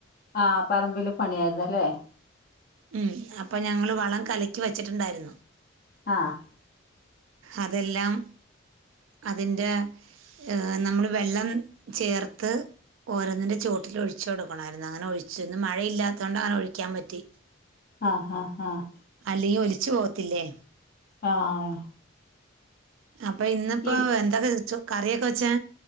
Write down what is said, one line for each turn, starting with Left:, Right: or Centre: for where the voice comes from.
Left: ആഹ് പറമ്പില് പണിയായിരുന്നല്ലേ
Right: ഉം അപ്പൊ ഞങ്ങള് വളം കലക്കി വെച്ചിട്ടുണ്ടായിരുന്നു
Left: ആഹ്
Right: അതെല്ലാം അതിന്റെ ഏഹ് നമ്മള് വെല്ലം ചേർത്ത് ഓരോന്ന്ന്റെ ചോട്ടിലും ഒഴിച്ചു കൊടുക്കണായിരുന്നു. അങ്ങനെ ഒഴിച്ച്. ന്ന് മഴയില്ലാത്തത് കൊണ്ട് അങ്ങനെ ഒഴിക്കാൻ പറ്റി.
Left: ആഹ് ഹാഹ് ഹാഹ്
Right: അല്ലെങ്കി ഒലിച്ച് പോവത്തില്ലേ
Left: ആഹ്
Right: അപ്പൊ ഇന്ന്പ്പോ
Left: ഈ
Right: എന്തൊക്കെ ചച്ചു കറിയൊക്കെ വെച്ചെ